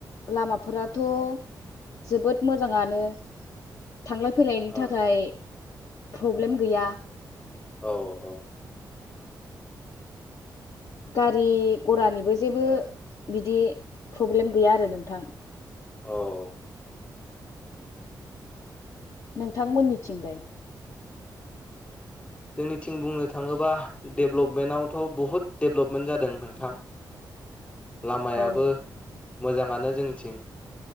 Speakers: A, on the left; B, on the left.
A: लामाफोराथ' जोबोद मोजाङानो थांलाय फैलायनि
B: ओ
A: थाखाय प्रब्लेम गैया
B: औ औ
A: गारि गरानिबो जेबो बिदि प्रब्लेम गैया आरो नोंथां
B: औ
A: नोंथांमोननिथिंलाय
B: जोंनिथिं बुंनो थाङोबा डेभलपमेन्टआवथ' बहुत डेभलपमेन्ट जादों नोंथां
A: <inaudible>
B: लामायाबो
A: औ
B: मोजाङानो जोंनिथिं